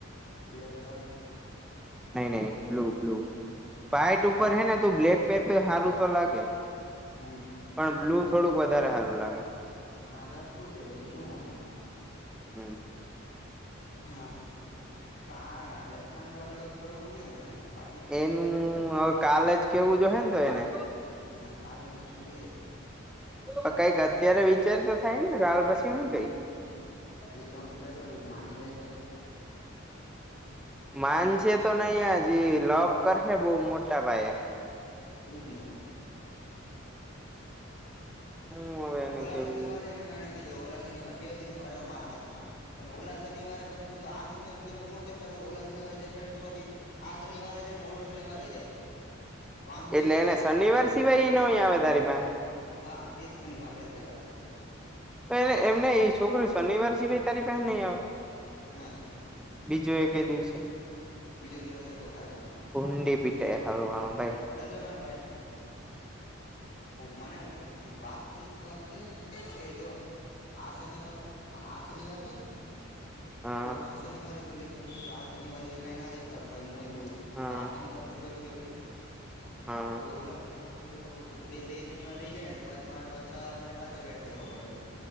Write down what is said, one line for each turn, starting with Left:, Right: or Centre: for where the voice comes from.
Left: બ્લેક રહેવા દઉં?
Centre: નહી નહી બ્લુ બ્લુ. વાઇટ ઉપર
Left: એ જ
Centre: હે ને તું બ્લેક પેર તો ય હારુ તો લાગે.
Left: હમ
Centre: પણ બ્લુ થોડુંક વધારે હારુ લાગે.
Left: હા તાર બ્લુ પહેર લે, બીજું હું એમાં?
Centre: હમ
Left: હા પણ હા હા રચના ને તો આપડે કક કરવું પડીએે ને, બા
Centre: એનું હવ કાલે જ કેવું જોહે ને તો એને.
Left: મહાકાલીને તો કહીએ.
Centre: પણ કઈક અત્યારે વિચારી તો થાય ને કાલ પછી હું કહી?
Left: એ તો હું વિચાર કરું, માની લે તો?
Centre: <inaudible> માન શે તો નહીં હજી લફ કરશે બહુ મોટા પાયે.
Left: એ જ ને.
Centre: હું હવે એને
Left: ઓલા
Centre: કેવું
Left: શનિવારે એને કીધું ઓલા શનિવાર બે શનિવારે મારા હાથમાં. પણ ઓલા શનિવારે પછી આ શનિવારે ફિલ્મ ન દેખાડી તો ઓલા શનિવારે દેખાડી તો પછી આ શનિવારે જાય ને ઓલો શનિવારે જાય. વાંધો
Centre: એટલે
Left: ઈ
Centre: એને
Left: છે
Centre: શનિવાર સિવાય એ ન આવે તારી પાહે?
Left: હા બે જ શનિવારે મારે છે છેલ્લા.
Centre: એટલે એમ નહીં ઈ છોકરી શનિવાર સિવાય તારી પાહે નહીં આવે?
Left: નહી.
Centre: બીજું એક દિવસે,
Left: બીજો દિવસ કે ખાલી ના
Centre: કુંડી પીટે હારવાનું ભાઈ.
Left: ચંદ્રકાંત ભાઈ નો. મને વાત એજ વાત છે કે જો આ શનિવારે આ શનિવાર છે ને.
Centre: હા
Left: જો આ શનિવારે કીધું આ શનિવારે એ કઈ ના દેખાડું કઈ મૂવી બૂવી,
Centre: હા
Left: તો આ શનિવાર તો ફેલ ગયો હેડી.
Centre: હા
Left: હવ તો ઓલા શનિવાર કીધું તો બે બે શનિવાર રહી જાય ને તો પાછી મારે પાછ આઠ મહિના પાછા વેટ કરવો પડે.